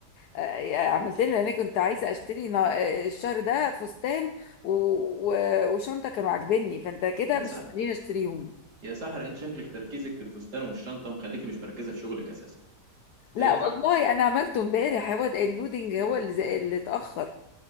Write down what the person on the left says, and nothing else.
آه، عملت لي لان انا كنت عايزه اشتري نا- آه، الشهر ده فستان و- و- وشنطه كانوا عاجبني فانت كده
مش
هتخليني اشتريهم
لا
والله انا عملته امبارح هو ده اللودنج هو اللي زي- اللي اتاخر